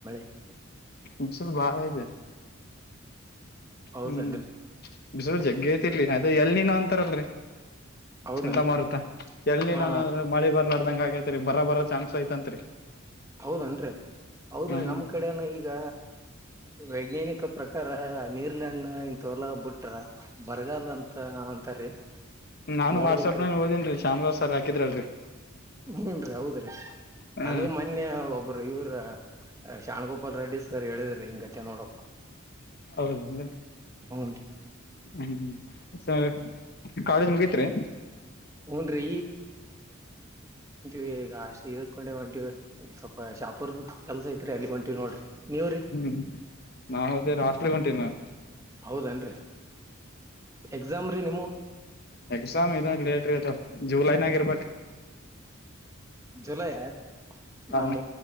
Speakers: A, on the right; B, on the left.
A: <unintelligible>
B: ಇಸವಲ್ ಬಾಳ ಇದೆ.
A: ಹೌದನ್ರಿ
B: ಹ್ಮ್ ಬಿಸರು ಜಗ್ಗೆ ತಿರ್ಲಿ ಅದ ಎಲ್ ನೀನು ಅಂತಾರಲ್ರಿ.
A: ಹೌದನ್ರಿ
B: ಚಂದ ಮಾರುತ ಎಲ್ಲಿ
A: ಹಾ
B: ನಾನ ಮಳೆ ಬರ್ಲಡ್ದಂಗ ಆಗೇ. ರಿ ಬರ ಬರ ಚಾನ್ಸ್ ಐತನ್ತ್ರಿ.
A: ಹೌದನ್ರಿ ಹೌದ್ರಿ
B: ಹ್ಮ್
A: ನಮ್ ಕಡೆನ ಈಗ ವೈಜ್ಞಾನಿಕ. ಪ್ರಕಾರ ನೀರ್ಲ್ಯಂಡ್ ಇಂತೋಲಾ ಬಿಟ್ರ ಬರಗಾಲ ಅಂತ ಅಂತಾರೀ
B: ನಾನ್
A: ನೋಡ್ಬೇಕ್ರಿ
B: ವಾಟ್ಸ್ಆಪ್ ನಲ್ಲಿ ಹೋದೇನ್ರಿ ಶಾಮಾವಾಜ ಸರ್ ಹಾಕಿದ್ರಲ್ರರಿ.
A: ಹ್ಮನ್ ರೀ ಹೌದ್ರಿ
B: ಹ್ಮ್
A: ನನ್ಗ ಮೊನ್ನೆ ಒಬ್ರು ಇವರ. ಶಾಣ್ಗೋಪಾಲ್ ರೆಡಿ ಸ ಹೇಳಿದ್ರಿ ಹಿಂಗ ಚೆ ನೋಡ.
B: ಹೌದಂದ್ರ
A: ಹ್ನ್
B: ಹ್ಮ. ಕಾಲೇಜ್ ಮುಗತ್ರಿ.
A: ಹೂನ್ರಿ ವಿ ಈಗ ಅಷ್ಟ ಇದಕೊಂಡೆ ಹೊಂಟೀವಿ ಸ್ವಪ ಶಾಪುರ್ದ ಕೆಲ್ಸ ಐತ್ರಿ ಅಲ್ಲಿ ಹೊಂಟಿವವಿ ನೋಡ್ರಿ. ನೀವ್ರಿ
B: ಹ್ಮ್ ನಾವವುದ ಹಾಸ್ಟೆಲ್ ಹೊಂಟೀವಿ ನಾಮ್.
A: ಹೌದನ್ರಿ ಎಕ್ಸಾಮ್ರೀ ನಿಮ್.
B: ಎಕ್ಸಾಮ್ ಇದ ಲೇಟ್ರಿ ಅದ ಜೂಲೈನಾಗ ಇರ್ಬ್ರೀ.
A: ಜುಲೈ ಆ
B: ಹ
A: ನಮ್ಮ.